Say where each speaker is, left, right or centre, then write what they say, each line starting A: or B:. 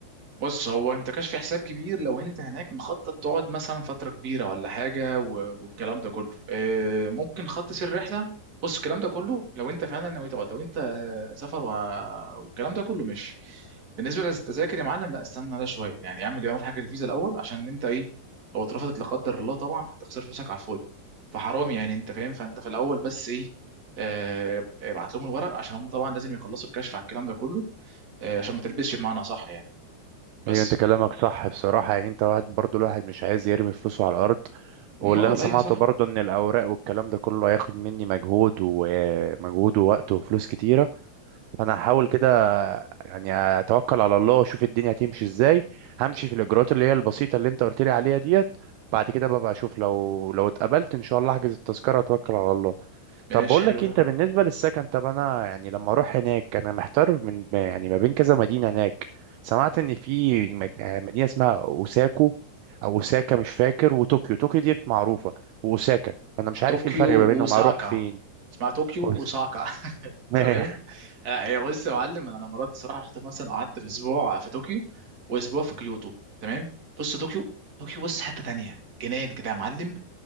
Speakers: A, on the right; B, on the right.
A: بص هو انت كشف حساب كبير لو انت هناك مخطط تقعد مثلا فتره كبيره ولا حاجه و- والكلام ده كله اه، ممكن خط سير رحله بص الكلام ده كله لو انت فعلا ناوي تقعد لو انت اه، سفر وه- والكلام ده كله مش بالنسبه للتذاكر يا معلم لا استنى لا شويه يعني اعمل اول حاجه الفيزا الاول عشان انت ايه لو اترفضت لا قدر الله طبعا هتخسر فلوسك على الفاضي فحرام يعني انت فاهم فانت في الاول بس ايه اه، ابعت لهم الورق عشان هم طبعا لازم يخلصوا الكشف على الكلام ده كله آه، عشان ما تلبسش بمعنى صح يعني بس
B: أيوة أنت كلامك صح بصراحة يعني أنت واحد برضو الواحد مش عايز يرمي فلوسه على الأرض
A: امال
B: واللي أنا سمعته
A: ايوه صح
B: برضو إن الأوراق والكلام ده كله هياخد مني مجهود ومجهود ووقت وفلوس كتيرة فأنا هحاول كده يعني أتوكل على الله وأشوف الدنيا هتمشي إزاي همشي في الإجراءات اللي هي البسيطة اللي أنت قلت لي عليها ديت بعد كده ببقى أشوف لو لو اتقبلت إن شاء الله أحجز التذكرة وأتوكل على الله
A: ماشي
B: طب بقول
A: حلو
B: لك إيه،
A: ده
B: انت بالنسبه للسكن طب انا يعني لما اروح هناك انا محتار من يعني ما بين كذا مدينه هناك سمعت ان في مك- آه، مدينه اسمها اوساكو او اوساكا مش فاكر وطوكيو طوكيو دي معروفه واوساكا فانا مش عارف
A: طوكيو
B: ايه الفرق ما
A: اوساكا
B: بينهم اروح فين
A: اسمها طوكيو
B: بص
A: اوساكا <laughs>
B: <laughs>
A: تمام آه، هي بص يا معلم انا مرات الصراحه رحت مثلا قعدت في اسبوع في طوكيو واسبوع في كيوتو تمام بص طوكيو طوكيو بص حته تانية جنان كده يا معلم